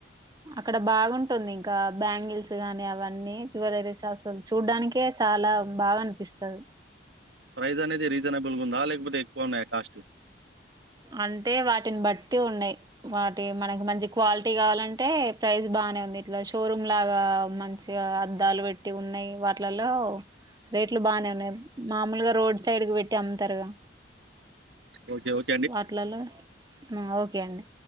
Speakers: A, on the right; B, on the right.
A: అక్కడ బాగుంటుంది ఇంకా బ్యాంగిల్స్ గాని అవన్నీ జ్యువెలరీస్ అసలు చూడానికే చాల బాధ అనిపిస్తది
B: ప్రైజ్ అనేది రీజనబుల్ గా ఉందా లేకపోతే ఎక్కువ ఉన్నాయ కాస్ట్
A: అంటే వాటిని బట్టి ఉన్నాయ్ వాటి మనకి మంచి క్వాలిటీ కావాలంటే ప్రైస్ బానే ఉంది ఇట్లా షోరూమ్ లాగ మం అద్దాలు పెట్టి ఉన్నాయి వాటిలలో రేట్లు బాగానే ఉన్నాయి మామూలుగా రోడ్ సైడ్ క పెట్టి అమ్ముతారుగ
B: ఒకే ఒకే
A: వాటిలలో ఓకే అండి